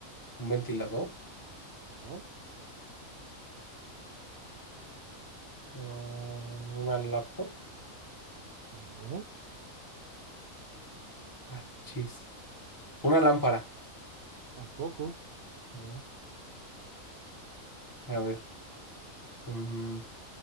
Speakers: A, on the left (about 20°); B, on the right (about 60°).
A: un ventilador,
B: No,
A: mm, una laptop.
B: No,
A: Ah, chis. Una lámpara.
B: tampoco,
A: Mm, A ver. mm,